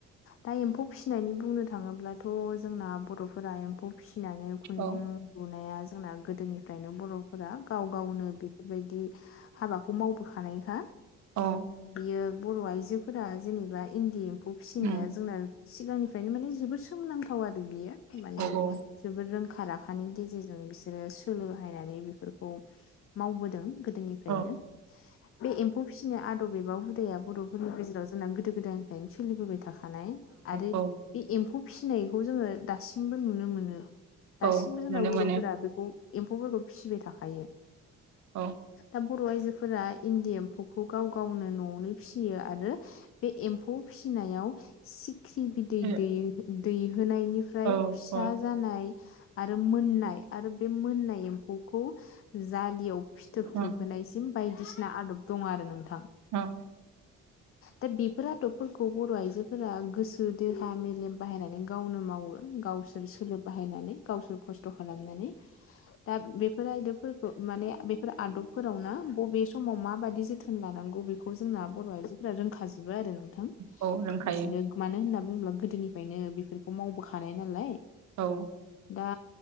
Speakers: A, on the left; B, on the right.
A: दा एम्फौ फिसिनायनि बुंनो थाङोब्लाथ जोंना बरफोरा एम्फौ फिसिनानै खुन्दुं
B: औ
A: लुनाया जोंना गोदोनिफ्रायनो बरफोरा गाव गावनो बेफोरबायदि हाबाखौ मावबोखानायखा
B: औ
A: बियो बर आइजोफोरा जेनेबा इन्दि एम एम्फौ फिसिनाया
B: उम
A: जोंना सिगांनिफ्रायनो माने जोबोद सोमोनांथाव आरो बियो माने
B: औ औ
A: जोबोर रोंखा राखानि गेजेरजों जों बिसोरो सोलो बाहायनानै बेफोरखौ मावबोदों‌ ओफ्रायनो
B: औ
A: बे एम्फौ फिसिनाय आदब एबा हुदाया बरफोरनि गेजेराव जोंना गोदो गोदायनिफ्रायनो सोलिबोबाय थाखा थानाय आरो
B: औ
A: बे एम्फौ फिनायखौ जोङो दासिमबो नुनो मोनो। दासिमबो
B: औ
A: जोंना
B: नुनो
A: बर'फोरा
B: मोनो
A: बेखौ एम्फौफोरखौ फिसिबाय थाखायो।
B: औ
A: दा बर' आइजोफोरा इन्दि एम्फौखौ गाव गावनो न'आवनो फिसियो आरो बे एम्फौ फिनायाव सिख्रि बिदै
B: औ
A: दै-दैहोनायनिफ्राय
B: औ
A: फिसा
B: उम
A: जानाय आरो मोननाय आरो बे मोननाय एम्फौखौ जालियाव फिथोब थोब
B: उम
A: सिम बायदिसिना आदब दं आरो नोंथां।
B: ओं
A: दा बेफोर आदबफोरखौ बर' आइजोफोरा गोसो देहा मेलेम बाहायनानै गावनो मावो। गावसोर सोलो बाहायनानै गावसोर खस्थ' खालामनानै दा बेफोर आयदबफोरखौ माने बेफोर आदब फोरावनो बबे समाव मााबाददि जोथोन लानांगौ बेखौ जोंना बर' आइजोफोरा रोंखाजोब आरो नोंथां
B: औ रोंखायो
A: बिसोरो मानो होन बुंब्ला गोदोनिफ्रायनो बेफोरखौ मावबोखानाय नालाय
B: औ
A: दा